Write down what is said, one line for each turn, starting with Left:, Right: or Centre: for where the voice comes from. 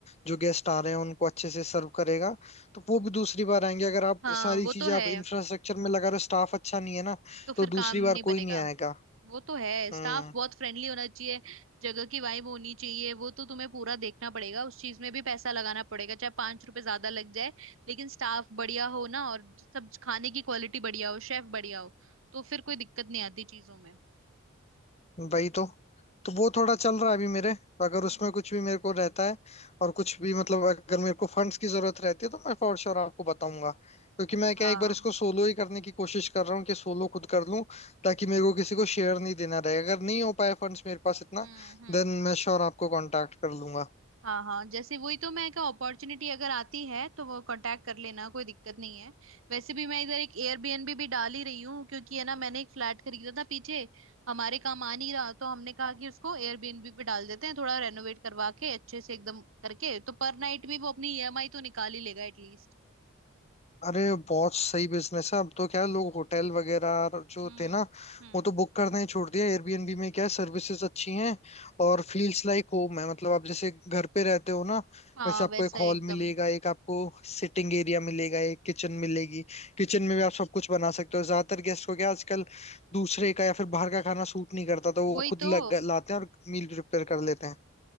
Left: जो गेस्ट आ रहे हैं उनको अच्छे से सर्व करेगा तो वो भी दूसरी बार आएंगे अगर आप
Right: हाँ
Left: सारी
Right: वो तो
Left: चीजें
Right: है
Left: आप इंफ्रास्ट्रक्चर में लगा रहे हो स्टाफ अच्छा नहीं है ना
Right: तो फिर
Left: तो
Right: काम
Left: दूसरी
Right: नहीं
Left: बार
Right: बनेगा
Left: कोई नहीं आएगा
Right: वो तो है
Left: हम्म
Right: स्टाफ बहुत फ्रेंडली होना चाहिए जगह की वाइब होनी चाहिए वो तो तुम्हें पूरा देखना पड़ेगा उस चीज में भी पैसा लगाना पड़ेगा चाहे पांच रुपए ज्यादा लग जाए लेकिन स्टाफ बढ़िया हो ना और सब खाने की क्वालिटी बढ़िया हो शेफ बढ़िया हो तो फिर कोई दिक्कत नहीं आती चीजों में
Left: वही तो तो वो थोड़ा चल रहा है अभी मेरे अगर
Right: हम्म।
Left: उसमें कुछ भी मेरे को रहता है और कुछ भी मतलब अगर मेरे को फंड्स की जरूरत रहती है तो मैं फॉर श्योर आपको बताऊंगा क्योंकि मैं क्या
Right: हाँ
Left: एक बार इसको सोलो ही करने की कोशिश कर रहा हूँ कि सोलो खुद कर लूँ ताकि मेरे को किसी को शेयर नहीं देना रहे अगर नहीं हो पाए फंड्स मेरे पास इतना
Right: हम्म हम्म
Left: देन मैं श्योर आपको कांटेक्ट कर लूंगा
Right: हाँ हाँ जैसे वही तो मैं क्या अपॉर्चुनिटी अगर आती है तो वो कांटेक्ट कर लेना कोई दिक्कत नहीं है वैसे भी मैं इधर एक एयरबीएनबी भी डाल ही रही हूँ क्योंकि है ना मैंने एक फ्लैट खरीदा था पीछे हमारे काम आ नहीं रहा तो हमने कहा कि उसको एयरबीएनबी पे डाल देते हैं थोड़ा रेनोवेट करवा के अच्छे से एकदम करके तो पर नाइट भी वो अपनी ईएमआई तो निकाल ही लेगा एटलीस्ट
Left: अरे बहुत सही बिजनेस है अब तो क्या है लोग होटल वगैरह जो
Right: हम्म
Left: थे ना
Right: हम्म
Left: वो तो बुक करना ही छोड़ दिया एयरबीएनबी में क्या है सर्विसेज अच्छी हैं और फील्स लाइक होम है मतलब आप जैसे घर पे रहते हो ना
Right: हाँ
Left: वैसे आपको
Right: वैसा
Left: एक हॉल
Right: एकदम
Left: मिलेगा एक आपको सिटिंग एरिया मिलेगा एक किचन मिलेगी किचन में भी आप सब कुछ बना सकते हो ज्यादातर गेस्ट को क्या आजकल दूसरे का या फिर बाहर का खाना सूट नहीं करता तो
Right: वही
Left: वो खुद
Right: तो
Left: लग, लाते हैं और मील प्रिपेयर कर लेते हैं